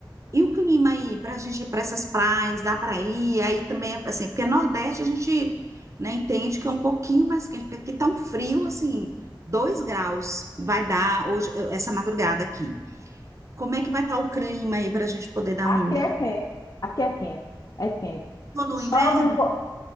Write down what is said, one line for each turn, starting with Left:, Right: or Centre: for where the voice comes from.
Right: E o clima aí, para a gente ir para essas praias, dá para ir? Aí também, é assim, porque Nordeste a gente, né, entende que é um pouquinho mais quente, porque aqui tá um frio, assim, dois graus vai dar hoje, eh, essa madrugada aqui. Como é que vai estar o clima aí para a gente poder dar
Left: Aqui
Right: um.
Left: é quente, aqui é quente, é quente.
Right: Ou No
Left: Chove
Right: inverno,
Left: um pouco,